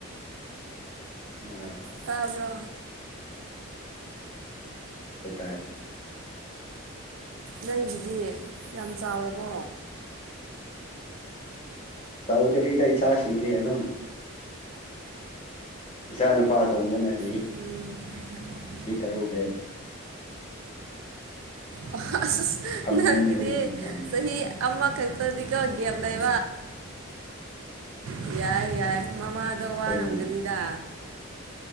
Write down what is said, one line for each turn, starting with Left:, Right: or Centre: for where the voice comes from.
Left: ꯎꯝ
Right: ꯇꯥꯕ꯭ꯔꯣ
Left: ꯄ ꯇꯔ <inaudible>
Right: ꯅꯪꯒꯤꯗꯤ ꯌꯥꯝ ꯆꯥꯎꯔꯕꯣ
Left: ꯆꯧꯗꯔꯤꯗ ꯏꯆꯥꯁꯤꯡꯗꯤ ꯑꯗꯨꯝ ꯏꯆꯥ ꯅꯨꯄꯥ ꯑꯇꯣꯝꯕꯅ ꯆꯍꯤ
Right: ꯎꯝ <inaudible>
Left: ꯀ ꯇꯔꯨꯕ꯭ꯔꯦꯣ <inaudible>
Right: ꯑ
Left: ꯊꯝꯕꯤꯅꯤ
Right: ꯅꯪꯗꯤ
Left: ꯑꯩꯈꯣꯏꯗꯤ ꯌꯥꯝ ꯊꯝꯗꯦ
Right: ꯆꯍꯤ ꯑꯃ ꯀꯔꯤ <inaudible> ꯇꯗꯤꯒꯒꯦꯕꯂ ꯏ ꯋꯥ ꯌꯥꯏ ꯌꯥꯏ ꯃꯃꯥꯗꯣ ꯋꯥꯔꯝꯒꯅꯤꯗ
Left: ꯑꯩꯗꯤ